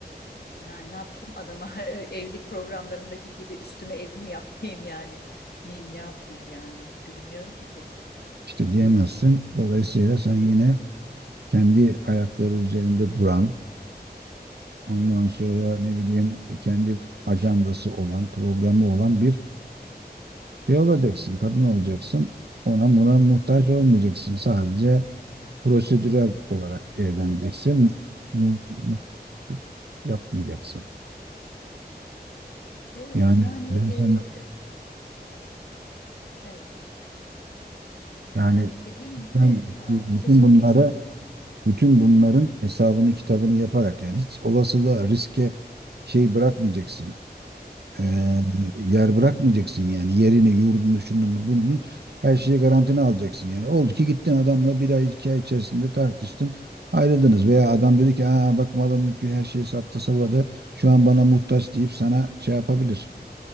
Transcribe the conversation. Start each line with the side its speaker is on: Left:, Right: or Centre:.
Left: Yani ne yapayım adama <laughs> evlilik programlarındaki gibi üstüme ev mi yaptırayım yani? Ne, ne yapayım yani? Bilmiyorum ki.
Right: İşte diyemezsin. Dolayısıyla sen yine kendi ayakları üzerinde duran, ondan sonra ne bileyim kendi ajandası olan, programı olan bir şey olacaksın. Kadın olacaksın. Ona buna muhtaç
Left: Hı hı.
Right: olmayacaksın. Sadece prosedürel olarak evleneceksin. Mu- mu- yapmayacaksın.
Left: Evet
Right: Yani
Left: yani
Right: ben
Left: e,
Right: sana
Left: evet.
Right: yani
Left: Yani dediğim gibi
Right: sen
Left: e,
Right: bütün
Left: sözünü
Right: bunları
Left: kestim ben,
Right: bütün bunların hesabını kitabını yaparak yani hiç olasılığa riske şey bırakmayacaksın. Ee,
Left: değil mi?
Right: yer bırakmayacaksın yani yerini, yurdunu, şununu, bununu her şeyi garantine alacaksın yani. Oldu ki gittin adamla bir ay iki ay içerisinde tartıştın ayrıldınız veya adam dedi ki Aa, bak malı mülkü her şeyi sattı sabada şu an bana muhtaç deyip sana şey yapabilir
Left: Hı.